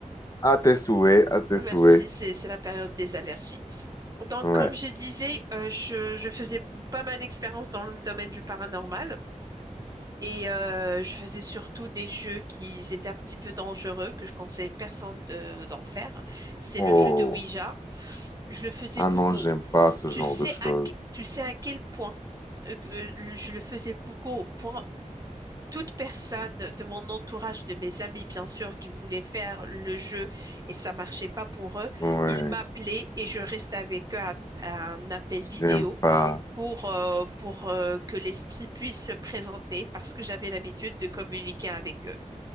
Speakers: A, on the left; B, on the right.
A: À tes souhaits, à tes
B: Merci,
A: souhaits.
B: c'est c'est la période des allergies. Donc,
A: Ouais.
B: comme je disais, euh, je, je faisais pas mal d'expériences dans le domaine du paranormal et euh, je faisais surtout des jeux qui étaient un petit peu dangereux, que je conseille personne de- d'en faire. C'est
A: Oh.
B: le jeu de Ouija. Je le faisais
A: Ah
B: beaucoup.
A: non, j'aime pas ce
B: tu
A: genre
B: sais
A: de choses.
B: à, que- tu sais à quel point euh, euh, je le faisais beaucoup au point toute personne de mon entourage, de mes amis bien sûr, qui voulaient faire le jeu et ça marchait pas pour eux,
A: Ouais.
B: ils m'appelaient et je restais avec eux à, à un appel vidéo
A: J'aime pas.
B: pour euh, pour euh, que l'esprit puisse se présenter parce que j'avais l'habitude de communiquer avec eux.